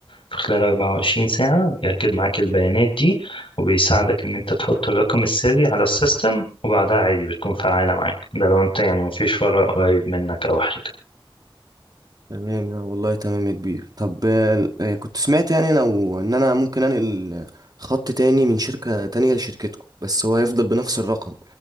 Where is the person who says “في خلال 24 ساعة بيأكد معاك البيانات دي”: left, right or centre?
Left